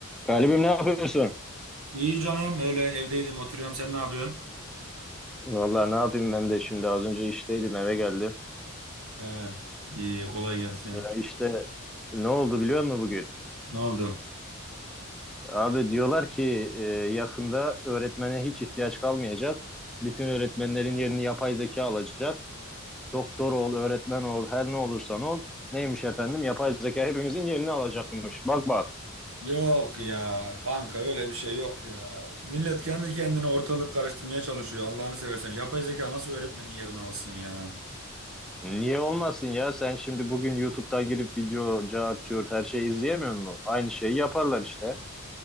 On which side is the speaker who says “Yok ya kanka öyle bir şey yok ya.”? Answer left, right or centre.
Right